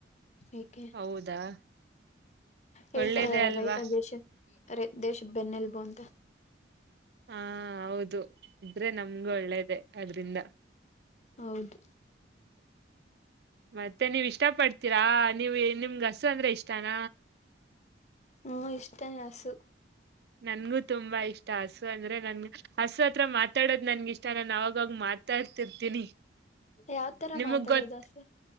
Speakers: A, on the left; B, on the right.
A: ಏಕೆ
B: ಹೌದಾ
A: ಹೇಳ್ತಾರಲ್ಲ
B: ಒಳ್ಳೇದೇ ಅಲ್ವಾ
A: ರೈತ ದೇಶ ಅರೆ ದೇಶದ್ ಬೆನ್ನೆಲ್ಬು ಅಂತ.
B: ಹಾಂ ಹೌದು. ಇದ್ರೆ ನಮ್ಗ್ ಒಳ್ಳೇದೆ. ಅದ್ರಿಂದ
A: ಹೌದು.
B: ಮತ್ತೆ ನೀವಿಷ್ಟ್ ಇಷ್ಟ ಪಡ್ತೀರಾ ನೀವ್ ನಿಮ್ಗ್ ಹಸು ಅಂದ್ರೆ ಇಷ್ಟಾನ?
A: ಹ್ಮ್ ಇಷ್ಟ ಹಸು
B: ನನ್ಗೂ ತುಂಬಾ ಇಷ್ಟ. ಹಸು ಅಂದ್ರೆ ನನ್ ಹಸು ಹತ್ರ ಮಾತಾಡೋದ್ ನನ್ಗ್ ಇಷ್ಟ, ನಾನ್ ಅವಾಗಾಗ ಮಾತಾಡ್ತಿರ್ತೀನಿ
A: ಯಾವ್ ತರ
B: ನಿಮಗ್
A: ಮಾತಾಡೋದು
B: ಗೊತ್
A: ಹಸು